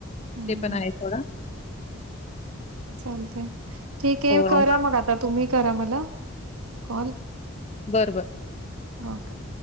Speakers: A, on the right; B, on the left.
A: हम्म
B: ते पण आहे थोडा
A: चालतय ठीक आहे
B: होय
A: करा मग आता तुम्ही करा मला कॉल
B: बरबर
A: हा काय